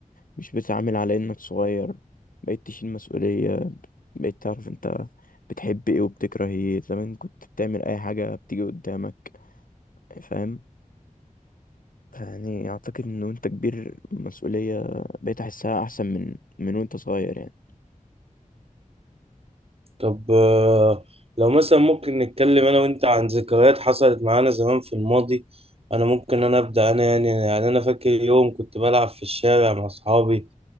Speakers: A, on the left; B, on the right.
A: مش بتتعامل على انك صغير بقيت تشيل مسؤولية بقيت تعرف انت بتحب ايه وبتكره ايه زمان كنت بتعمل اي حاجة بتيجي قدامك فاهم يعني اعتقد ان وانت كبير المسؤولية بقيت احسها احسن من من وانت صغير يعني
B: طب آه، لو مثلا ممكن نتكلم أنا وأنت عن ذكريات حصلت معانا زمان في الماضي أنا ممكن أنا أبدأ أنا يعني يعني أنا فاكر يوم كنت بلعب في الشارع مع أصحابي